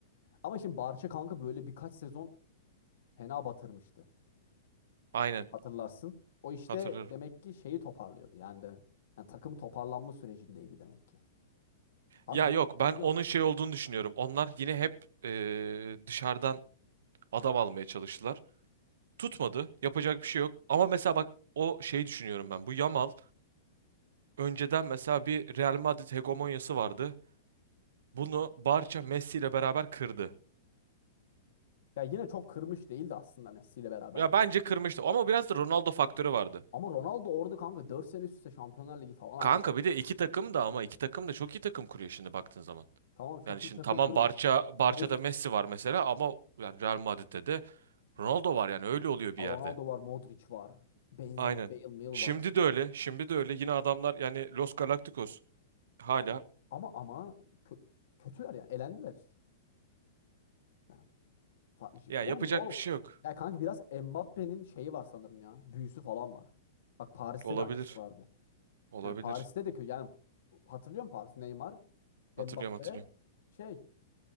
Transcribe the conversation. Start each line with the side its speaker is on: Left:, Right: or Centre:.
Left: Ama şimdi Barça kanka böyle birkaç sezon fena batırmıştı.
Right: Aynen
Left: Hatırlarsın. O işte
Right: hatırlarım.
Left: demek ki şeyi toparlıyordu. Yani de yani takım toparlanma sürecindeydi demek ki. Kanka
Right: Ya
Left: bu
Right: yok ben
Left: sezon
Right: onun şey
Left: evet.
Right: olduğunu düşünüyorum. Onlar yine hep eee, dışarıdan adam almaya çalıştılar. Tutmadı. Yapacak bir şey yok. Ama mesela bak o şeyi düşünüyorum ben. Bu Yamal önceden mesela bir Real Madrid hegemonyası vardı. Bunu Barça Messi ile beraber kırdı.
Left: Ya yine çok kırmış değildi aslında Messi ile beraber
Right: Ya
Left: bile.
Right: bence
Left: kanka.
Right: kırmıştı ama biraz da Ronaldo faktörü vardı.
Left: Ama Ronaldo orada kanka 4 sene üst üste Şampiyonlar Ligi falan
Right: Kanka
Left: aldı yani.
Right: bir de iki takım da ama iki takım da çok iyi takım kuruyor şimdi baktığın zaman.
Left: Tamam çok
Right: Yani şimdi
Left: iyi takım
Right: tamam
Left: kuruyor.
Right: Barça Barça'da
Left: Messi
Right: Messi var mesela ama yani Real Madrid'de de Ronaldo var yani öyle oluyor bir
Left: Ronaldo
Right: yerde.
Left: var, Modric var. Benzema,
Right: Aynen.
Left: Bale, Mil
Right: Şimdi
Left: vardı.
Right: de öyle. Şimdi de öyle. Yine adamlar yani Los Galacticos hala
Left: Ama ama ama kö- kötüler ya. Elendiler işte. Ya, farklı şey
Right: ya
Left: olmuyor.
Right: yapacak
Left: O,
Right: bir şey yok.
Left: ya kanka biraz Mbappe'nin şeyi var sanırım ya. Büyüsü falan var. Bak Paris'te
Right: Olabilir.
Left: de aynısı vardı.
Right: Olabilir.
Left: Yani Paris'te de kötü. Yani hatırlıyor musun Paris? Neymar,
Right: Hatırlıyorum
Left: Mbappe,
Right: hatırlıyorum.
Left: şey,